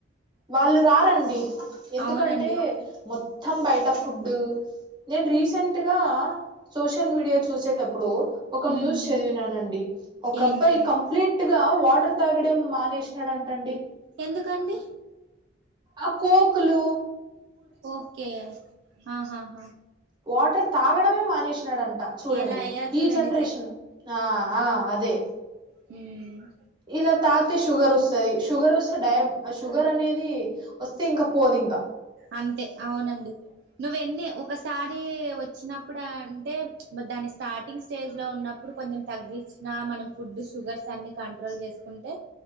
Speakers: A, on the right; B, on the right.
A: వాళ్ళు రారండి. ఎందుకంటే
B: అవునండి
A: మొత్తం బయట ఫుడ్డు, నేను రీసెంట్గా సోషల్ మీడియా చూసేటప్పుడు ఒక న్యూస్
B: ఉమ్
A: చదివినానండి, ఒక
B: ఏంటండి
A: అబ్బాయి కంప్లీట్ ట్గా వాటర్ తాగాడేం మానేశినాడంటండి.
B: ఎందుకండి.
A: అ కోక్లు
B: ఒకే అ హా హా.
A: వాటర్ తాగడమే మానేశి నాడంటా. చూడండి
B: ఎలా అయ్యారు చూడండి
A: ఈ జనరేషన్ ఆ ఆ అదే
B: హ్మ్
A: ఇలా తాతే షుగర్ వస్తది షుగర్ వస్తే డయాబ్ షుగర్ అనేది వస్తే ఇంకా పోదు ఇంగ
B: అంతే అవునండి నువెన్ని ఓ ఒక్కసారి వచ్చినప్పుడు అంటే అబ్బా దాన్ని స్టార్టింగ్ స్టేజ్ లో ఉన్నప్పుడు కొంచెం తగ్గిచ్చి నా మనం ఫుడ్ షుగర్స్ అన్ని కంట్రోల్ చేసుకుంటే